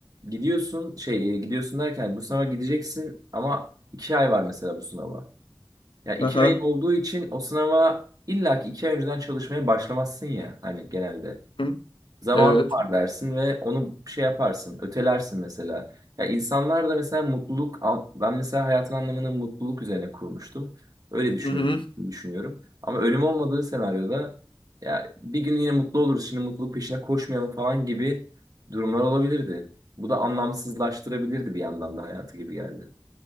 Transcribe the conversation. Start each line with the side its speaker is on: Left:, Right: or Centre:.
Right: gidiyorsun şey e, gidiyorsun derken bu sınava gideceksin ama iki ay var mesela bu sınava. Ya iki
Left: Aha.
Right: ayın olduğu için o sınava illaki iki ay önceden çalışmaya başlamazsın ya hani genelde.
Left: Hı.
Right: Zamanın
Left: Evet.
Right: var dersin ve onu şey yaparsın, ötelersin mesela. Ya insanlar da mesela mutluluk, al- ben mesela hayatın anlamını mutluluk üzerine kurmuştum. Öyle düşünüyorum,
Left: Hı hı.
Right: düşünüyorum. Ama ölüm olmadığı senaryoda ya bir gün yine mutlu oluruz, şimdi mutluluk peşine koşmayalım falan gibi durumlar olabilirdi. Bu da anlamsızlaştırabilirdi bir yandan da hayatı gibi geldi.